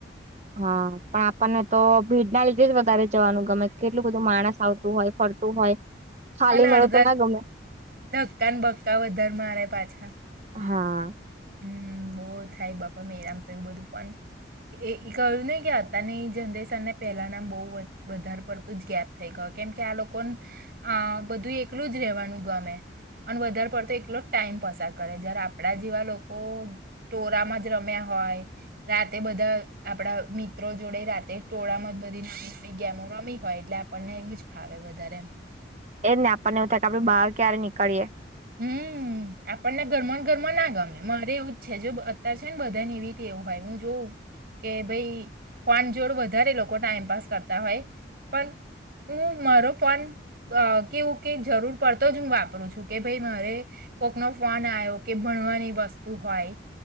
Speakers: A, on the right (about 35°); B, on the right (about 50°).
A: હા પણ આપણને તો ભીડ ના લીધે જ વધારે જવાનું ગમે કેટલું બધું માણસ આવતું હોય ફરતું હોય ખાલી
B: અને
A: મેે
B: અડધા
A: તો ના ગમે
B: ધક્કા બક્કા વધારે મારે પાછા.
A: હાં
B: હમ્મ બહુ થાય બાપા મેરામ તો એવું બધું પણ એ એ કહ્યું ને કે અતારની જનરેશન ને પેલા ના બહુ વધારે પડતું જ ગેપ થઈ ગય. કેમ કે આ લોકો આ બધું એકલું જ રેવાનું ગમે અને વધારે પડતો એકલો જ ટાઈમ પસાર કરે જ્યારે આપણા જેવા લોકો
A: <inaudible>
B: ટોળામાં જ રમ્યા હોય રાતે બધા આપડા મિત્રો જોડે રાતે ટોળામાં બધી નવી નવી ગેમો રમી હોય એટલે આપણને એવું જ ફાવે વધારે એમ
A: એજ ને આપણને એવું થાય કે આપડું બહાર ક્યારે નીકળીએ <inaudible>
B: હમ આપણને ગરમા ગરમાં ના ગમે મારે એવું જ છે જો અત્યારે છે ને બધા ને એવી રતે એવું હોય હું જોઉ કે ભાઈ ફોન જોડ વધારે લોકો ટાઈમ પાાસ કરતા હોય પણ હું મારો ફોન કેવું કે જરૂર પડતો જ હું વાપરું છું કે ભાઈ મારે કોક ન ફોન આવ્યો કે ભણવાની વસ્તુ હોય